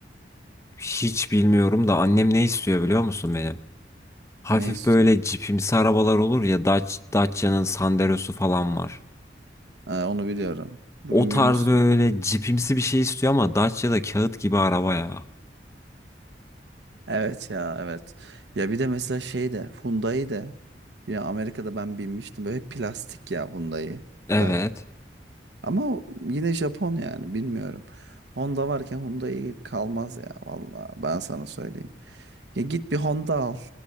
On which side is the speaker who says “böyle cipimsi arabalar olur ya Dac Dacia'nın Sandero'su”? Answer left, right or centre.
Left